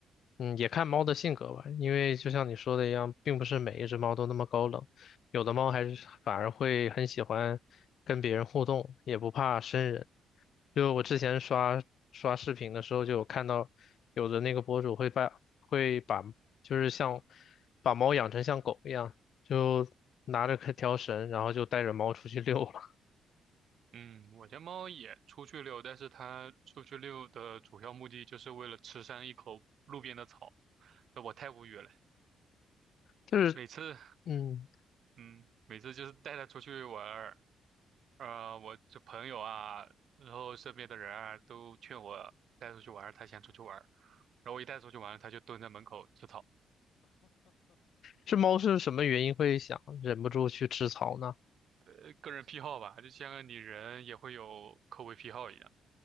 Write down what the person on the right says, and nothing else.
嗯，我家猫也出去遛，但是它出去遛的主要目的就是为了吃上一口路边的草，我太无语了。
每次，
嗯，每次就是带它出去玩儿，呃，我这朋友啊，然后身边的人啊，都劝我带出去玩儿他想出去玩儿然后我一带出去玩儿他就蹲在门口吃草。
呃个人癖好吧，就像你人也会有口味癖好一样。